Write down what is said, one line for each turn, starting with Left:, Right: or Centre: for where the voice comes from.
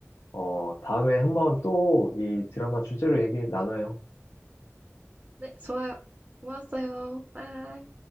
Left: 어, 다음에 한번 또 이 드라마 주제로 얘기 나눠요.
Right: 네, 좋아요. 고맙어요. 빠이.